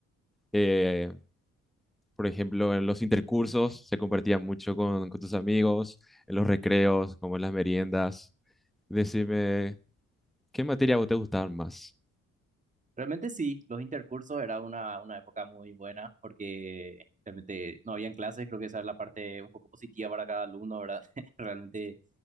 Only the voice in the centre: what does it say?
Eh, por ejemplo, en los intercursos se compartía mucho con, con tus amigos, en los recreos, como en las meriendas. Decime, ¿qué materia a vos te gustaba más?